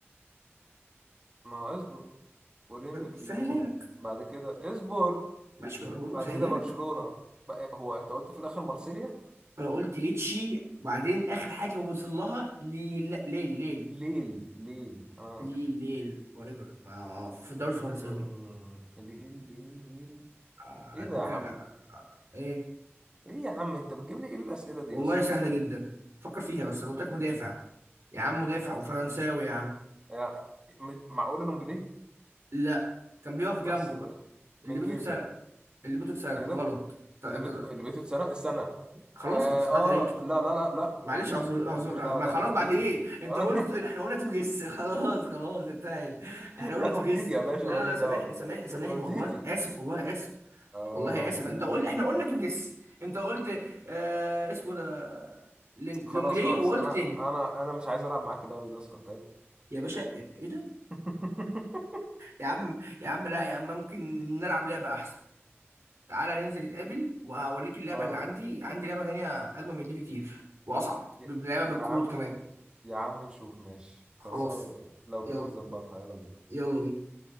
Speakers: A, on the right; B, on the right.
A: ما هو اصبر اولمبيك
B: سهلها
A: ليون
B: لك
A: بعد كده اصبر
B: ماشي
A: بعد
B: سهلها
A: كده برشلونة
B: لك
A: بقى هو انت قلت في الاخر مارسيليا
B: انا قلت ليتشي بعدين اخر حاجه وصل لها ليل لا، ليل ليل
A: ليل ليل اه
B: ليل ليل وريفر ما في الدوري
A: مم.
B: الفرنساوي
A: ليل ليل ليل
B: آه،
A: ايه ده
B: ممكن
A: يا عم
B: آه، آه، ايه
A: ايه يا عم انت بتجيب لي ايه الاسئله دي
B: والله
A: يا اسطى
B: سهلة جدا فكر فيها بس انا قلت لك مدافع يا عم مدافع وفرنساوي يا عم
A: يعني م- معقوله لونجليه
B: لا كان بيقف جنبه
A: بس, بس
B: بقى اللي
A: من
B: بيته
A: جيزه
B: اتسرق اللي بيته اتسرق
A: ايه ده
B: غلط ط- انت
A: اللي بيت اللي بيته اتسرق السنه
B: خلاص
A: آه,
B: خلاص طلعت
A: اه
B: عليك
A: لا لا لا لا
B: معلش
A: امتيتي
B: اعذر اعذر
A: ماليش دعوه
B: ما
A: لا
B: خلاص
A: امتيتي
B: بعد ايه انت
A: <laughs>
B: قلت احنا قلنا تو جس <laughs> خلاص خلاص انتهت احنا قلنا
A: لا
B: تو
A: امتيتي
B: جس
A: يا باشا
B: لا
A: ماليش
B: لا
A: دعوه
B: سامحني سامحني سامحني
A: امتيتي
B: والله اسف والله اسف
A: يا
B: والله
A: ربي
B: اسف انت قلت احنا قلنا تو جس انت قلت آه اسمه ده لونجلي
A: خلاص خلاص
B: وقلت
A: انا
B: تاني
A: انا انا مش عايز العب معاك اللعبه دي اصلا تاني
B: يا باشا ايه ده
A: <laughs>
B: يا عم يا عم لا يا عم ممكن نلعب لعبة احسن تعالى ننزل نتقابل وهوريك اللعبة
A: اه
B: اللي عندي عندي لعبة تانية اجمل من دي بكتير واصعب
A: يا
B: لعبة بالكروت
A: يا عم
B: كمان
A: يا عم نشوف ماشي
B: خلاص
A: خلاص لو كده
B: يلا
A: نظبطها يلا بينا
B: يلا بينا